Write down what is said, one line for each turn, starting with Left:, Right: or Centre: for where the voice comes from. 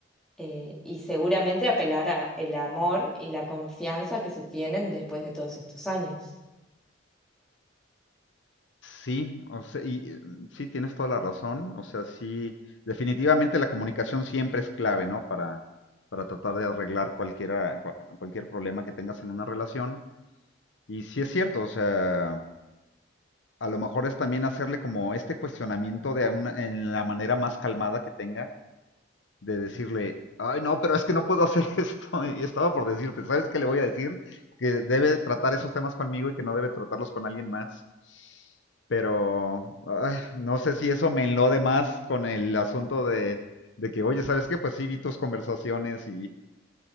Centre: eh, y seguramente apelar a el amor y la confianza que se tienen después de todos estos años.
Left: Sí, o sea, y eh, sí, tienes toda la razón. O sea, sí, definitivamente la comunicación siempre es clave, ¿no? Para, para tratar de arreglar cualquiera, cua- cualquier problema que tengas en una relación. Y sí es cierto, o sea, a lo mejor es también hacerle como este cuestionamiento de una, en la manera más calmada que tenga de decirle, ay, no, pero es que no puedo hacer <laughs> esto. Y estaba por decirte, ¿sabes qué le voy a decir? Que debe tratar esos temas conmigo y que no debe tratarlos con alguien más. Pero ay, no sé si eso me enlode más con el asunto de, de que, oye, ¿sabes qué? Pues sí, vi tus conversaciones y,